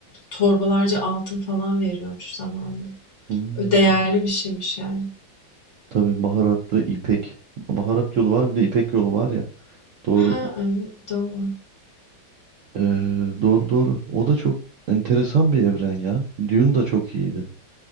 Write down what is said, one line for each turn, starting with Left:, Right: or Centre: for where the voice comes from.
Left: torbalarca altın falan veriyormuş zamanında.
Right: Hmm,
Left: Değerli bir şeymiş yani.
Right: tabii baharatlı ipek. Baharat yolu var bir de ipek yolu var ya. Doğru.
Left: Ha evet doğru
Right: Ee, doğru doğru. O da çok enteresan bir evren ya. Dune da çok iyiydi.